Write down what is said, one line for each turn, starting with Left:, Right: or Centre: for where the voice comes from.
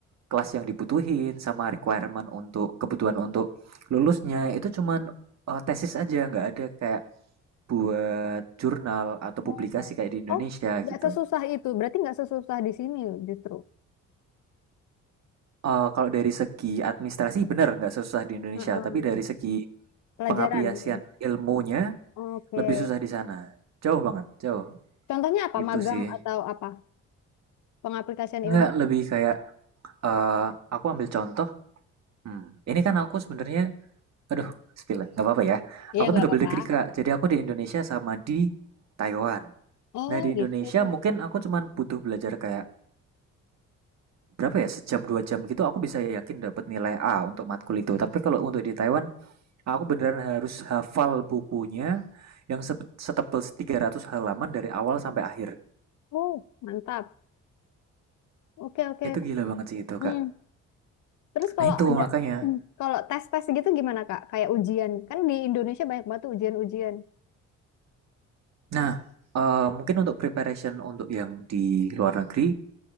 Right: kelas yang dibutuhin sama requirement untuk kebutuhan untuk lulusnya itu cuman, eee, tesis aja, nggak ada kayak buat jurnal atau
Left: Oh,
Right: publikasi kayak di Indonesia
Left: oh nggak
Right: gitu.
Left: sesusah itu. Berarti nggak sesusah di sini justru.
Right: Eee, kalau dari segi administrasi bener nggak susah di Indonesia,
Left: Heeh.
Right: tapi dari segi
Left: Pelajaran
Right: pengaplikasian
Left: mungkin.
Right: ilmunya
Left: Oke.
Right: lebih susah di sana. Jauh banget, jauh,
Left: Contohnya apa?
Right: itu
Left: Magang
Right: sih.
Left: atau apa? Pengaplikasian
Right: Nggak,
Left: ilmu.
Right: lebih kayak, eee, aku ambil contoh, mmm, ini kan aku sebenarnya Aduh, spill ya, nggak apa-apa ya.
Left: Iya,
Right: Aku
Left: nggak
Right: tuh
Left: apa-apa.
Right: double degree, Kak. Jadi aku di Indonesia sama di Taiwan.
Left: Oh,
Right: Nah, di Indonesia
Left: gitu.
Right: mungkin aku cuman butuh belajar kayak berapa ya, sejam dua jam gitu aku bisa yakin dapat nilai A untuk matkul itu. Tapi kalau untuk di Taiwan, aku beneran harus hafal bukunya yang se- setebal 300 halaman dari awal sampai akhir.
Left: Oh, mantap. Oke, oke.
Right: Itu gila banget sih itu,
Left: Hmm.
Right: Kak.
Left: Terus
Right: Nah,
Left: kalau
Right: itu
Left: ada
Right: makanya
Left: hmm, kalau tes-tes gitu gimana, Kak? Kayak ujian. Kan di Indonesia banyak banget tuh ujian-ujian.
Right: Nah, eee, mungkin untuk preparation untuk yang di luar negeri,